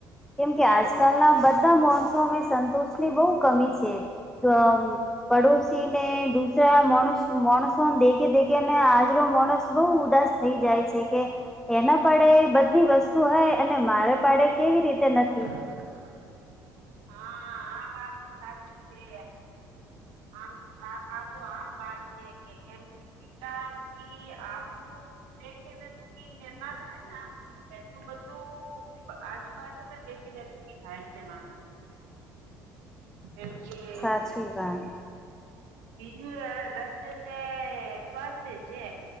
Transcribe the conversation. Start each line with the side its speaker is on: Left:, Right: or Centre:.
Centre: કેમ કે આજકાલના બધ ધા મોનસો સંતોષ ની બહુ કમી છે. તોઅ પડોશીને દુસરા મોનશ મોનસોન દેખે દેખે ને આજરો માણસ બહુ ઉદાસ થઈ જાય છે કે એનો આપળે બધી વસ્તુ હોય અને મારે પાડે કેવી રીતે નથી
Right: <inaudible> હા આ વાત તો સાચી છે. આમ આ તો આમ વાત છે કે એમ જેટલા દુઃખી આપણું દેખી ને દુઃખી નિના થાય ના એટલું બધું આજુબાજુમાં દેખી ને દુઃખી થાય છે, માણસ જેમકે
Centre: સાચી વાત
Right: બીજું રસ્તે છે, સ્વાસ્થ્ય છે.